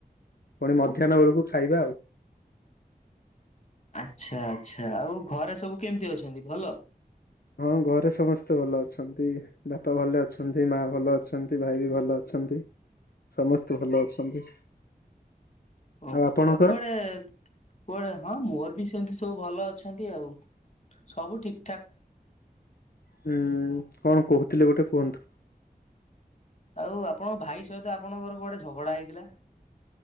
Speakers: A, on the left; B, on the left.
A: ପୁଣି ମଧ୍ୟାହ୍ନ
B: ଓହୋ।
A: ବେଳକୁ <inaudible>
B: ଆଚ୍ଛା ଆଚ୍ଛା। ଆଉ ଘରେ ସବୁ କେମିତି ଅଛନ୍ତି? ଭଲ।
A: ହଁ ଘରେ ସମସ୍ତେ ଭଲ ଅଛନ୍ତି। ବାପା ଭଲ ଅଛନ୍ତି, ମା ଭଲ ଅଛନ୍ତି, ଭାଇ ବି ଭଲ ଅଛ ଅଛନ୍ତି। ସମସ୍ତେ ଭଲ ଅଛନ୍ତି।
B: ଓହୋ
A: ଆଉ ଆପଣଙ୍କର
B: କୁଆଡେ କୁଆଡେ ହଁ ମୋର ବି ସେମତି ସବୁ ଭଲ ଅଛ ଅଛନ୍ତି ଆଉ। ସବୁ ଠିକ୍ ଠାକ୍।
A: ହୁଁ, କଣ କହୁଥିଲେ ଗୋଟେ କୁହନ୍ତୁ।
B: ଆଉ ଆପଣଙ୍କ ଭାଇ ସହିତ ଆପଣଙ୍କର କୁଆଡ଼େ ଝଗଡା ହେଇଥିଲା?